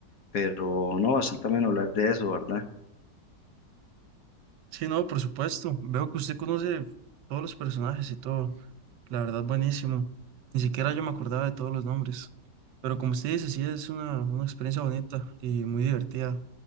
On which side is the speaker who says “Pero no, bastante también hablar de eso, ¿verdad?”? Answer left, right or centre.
Left